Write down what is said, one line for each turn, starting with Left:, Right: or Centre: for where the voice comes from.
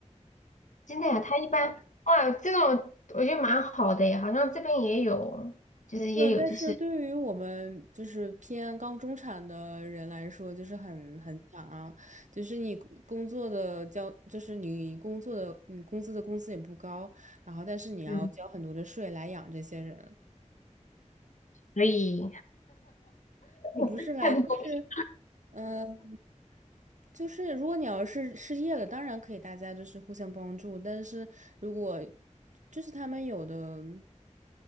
Left: 真的呀，他一般哇，这种我觉得蛮好的耶，好像这边也有，就是也有，
Right: 对，但是对于我们就是偏刚中产的人来说，
Left: 就是
Right: 就是很很惨啊。就是你工作的交，就是你工作的，你工资的工资也不高，然后但是你要交很多的税来养这些人，
Left: 嗯，所以
Right: 也不是来，
Left: <laughs> 太不公平
Right: 就是嗯、就是如果你要是失业了，当然可以大家就是互相帮助，但是如果就是他们有的